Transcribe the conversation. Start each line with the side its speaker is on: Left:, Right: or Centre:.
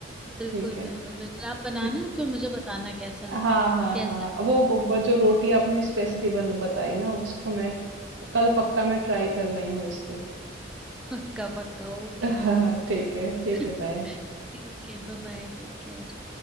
Centre: बिल्कुल
Right: ठीक है
Centre: बिल्कुल बिल्कुल आप बनाना
Right: ठीक
Centre: फिर मुझे बताना कैसा लगा
Right: हाँ हाँ
Centre: कैसा
Right: हाँ वो, वो वो जो रोटी आपने स्पेशली बन बताई ना उसको मैं कल पक्का मैं ट्राई कर रही हूँ इसको
Centre: पक्का पक्का ओके
Right: <laughs>
Centre: ओके ओके
Right: ठीक है ठीक है
Centre: <laughs>
Right: बाय
Centre: ठीक है बाय बाय टेक केयर